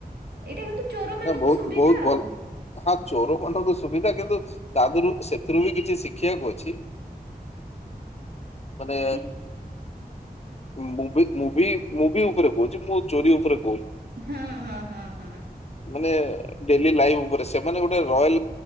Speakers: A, on the right (about 85°); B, on the left (about 40°).
A: ଏଇଟା କିନ୍ତୁ ଚୋର ମାନଙ୍କୁ
B: ନା ବହୁତ
A: ସୁବିଧା
B: ବହୁତ
A: ଆଉ।
B: ଭଲ। ହଁ ଚୋର ପଣ୍ଟକୁ ସୁବିଧା କିନ୍ତୁ ତାହରୁ ସେଥିରୁ ବି କିଛି ଖିଆକୁ ଅଛି ମାନେ
A: ଶି
B: ମୁଁ ମୁଁ ଭି ମୁଭି ଉପରେ କହୁଛି ମୁଁ ଚୋରି ଉପରେ କ
A: ହଁ ହଁ ହଁ ହଁ।
B: ମାନେ ଡେଲି ଲାଇଫ ଉପରେ ସେମାନେ ଗୋଟେ ରୟାଲ